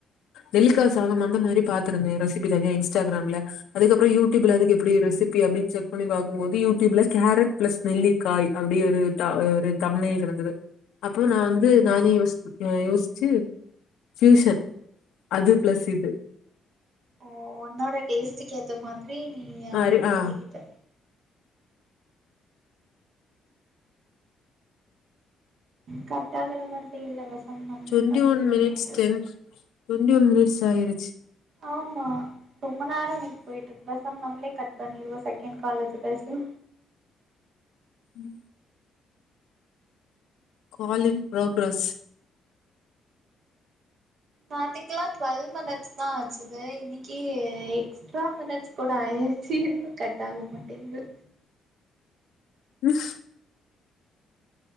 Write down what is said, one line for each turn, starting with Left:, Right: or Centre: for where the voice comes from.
Left: நெல்லிக்கா சாதம் அந்த மாரி பாத்திருந்தே ரெசிபி தனியா இன்ஸ்டாகிராம்ல அதுக்கப்றோ யூட்யூப்ல அதுக்கு எப்டி ரெசிபி அப்டின்னு செக் பண்ணி பாக்கும்போது யூட்யூப்ல கேரட் பிளஸ் நெல்லிக்காய் அப்டி ஒரு தா ஒரு தம்நெய்ல் இருந்தது அப்போ நா வந்து நானே யோஸ்சுக்க யோஸ்ச்சு சீசன் அது பிளஸ் இது
Right: ஓ ஒன்னோட டேஸ்ட்டுக்கு ஏத்த மாதி ப்ரீ நீ யா அப்டி
Left: ஆறு
Right: மாத்திக்கிட்ட
Left: ஆ
Right: கட்டாகற மாரி தெர்ல வஸ் நம் நம்ளே
Left: டுவெண்டி
Right: பண்ணிரல
Left: ஒன் மினிட்ஸ்
Right: மாட்ருக்கு
Left: டென் டுவெண்டி ஒன் மினிட்ஸ் ஆயிருச்சு
Right: ஆமா ரொம்ப நேரோ இன்னைக்கு போயிட்டுருக் பஸ் பெசாம. நம்ளே கட் பண்ணிருவ செகன்ட் காலர்ட்ட பேஸ்லா
Left: ம் கால் இன் ப்ரோக்ரஸ்
Right: நாத்தக்குல்லா டுவெல்வ் மினிட்ஸ் தா ஆச்சுது இன்னைக்கு எக்ஸ்ட்ரா மினிட்ஸ் கூட ஆயிச்சு இன்று கட் ஆக மாட்டிங்குது
Left: உம்